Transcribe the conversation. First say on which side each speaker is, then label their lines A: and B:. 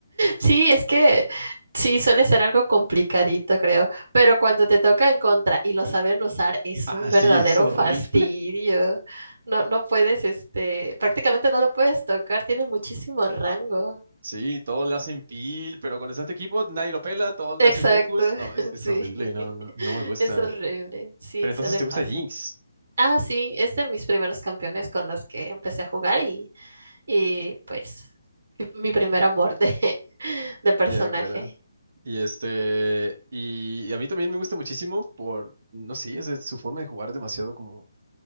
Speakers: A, on the right; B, on the right.
A: Sí, es que sí, suele ser algo complicadito, creo. Pero cuando te toca en contra y lo saben usar, es
B: Ah,
A: un verdadero
B: sí, <laughs> es horrible.
A: fastidio. No, no puedes, este, prácticamente no lo puedes tocar. Tiene muchísimo rango.
B: Sí, todos le hacen peel, pero cuando está este equipo, nadie lo pela, todos
A: Exacto,
B: le hacen focus.
A: <laughs>
B: No, es, es
A: sí.
B: horrible, no,
A: <laughs>
B: no, no me gusta.
A: Es horrible. Sí,
B: Pero entonces
A: suele
B: te
A: pasar.
B: gusta Jinx.
A: Ah, sí, es de mis primeros campeones con los que empecé a jugar y, y pues mi mi primer amor de, <laughs> de personaje.
B: Ya, claro. Y este, y y a mí también me gusta muchísimo por, no sé, o sea, su forma de jugar es demasiado como,